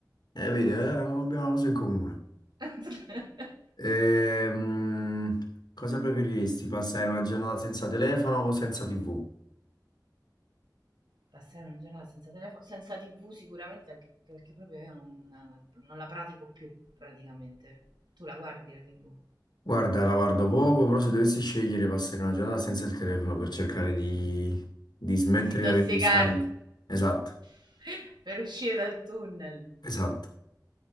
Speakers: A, on the left; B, on the right.
A: Eh, vedi, eh, abbiamo una cosa in comune.
B: <laughs>
A: Ehm, cosa preferiresti, passare una giornata senza telefono o senza TV?
B: Passare una giornata senza telefono, senza TV sicuramente, anche perché proprio io non, non la pratico più praticamente. Tu la guardi la TV?
A: Guarda, la guardo poco, però se dovessi scegliere passare una giornata senza il telefono per cercare di, di smettere
B: di disintossicarti
A: di avere questa... Esatto,
B: <laughs> per uscire dal tunnel.
A: esatto.